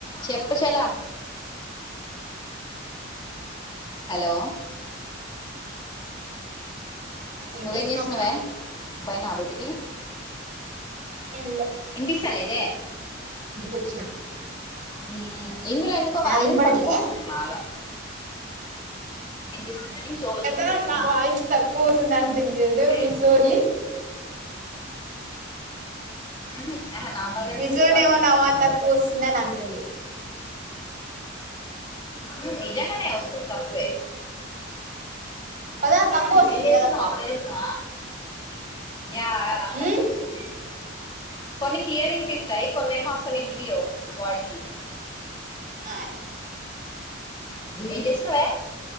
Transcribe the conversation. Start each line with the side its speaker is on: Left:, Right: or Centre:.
Left: చెప్పచలా హలో
Right: ఏం
Left: నువ్వేం
Right: చేస్తున్నావ్
Left: చేస్తున్నావే
Right: అక్క
Left: పోయినవా డ్యూటీ కి
Right: ఏంలే
Left: ఇనిపిస్తలేదే
Right: వచ్చిన
Left: హ్మ్ హ్మ్ ఇందులో ఎందుకో వాల్యూమ్
Right: వినపడట్లే
Left: తక్కువ బాగా ఇనిపిస్ గాని చౌడు వచ్చంది
Right: కదా నా
Left: నాకు
Right: వాయిస్ తక్కువ వస్తుంది అంటుంది చూడు
Left: హ్మ్
Right: మీ సోని
Left: హు ఆ హ నార్మల్ గానే
Right: మీ
Left: ఇందులో
Right: సోని
Left: వాయిస్
Right: ఏమో
Left: తక్కువస్తుంది
Right: నా తక్కువ వస్తుందని అంటుంది
Left: <unintelligible> నిజంగానే వస్తుంది తక్కువే
Right: కదా తక్కువ వస్తుంది
Left: ఎం చేస్తున్నావ్
Right: కదా అక్క
Left: పోయేదుమా యా యా తక్కువ
Right: ఉమ్
Left: వస్తుంది కొన్ని క్లియర్ ఇని పిస్తాయి కొన్ని ఏమో అసలు ఇనిపియ్యవు వాయిస్
Right: ఆ
Left: ఎం చేస్తున్నావే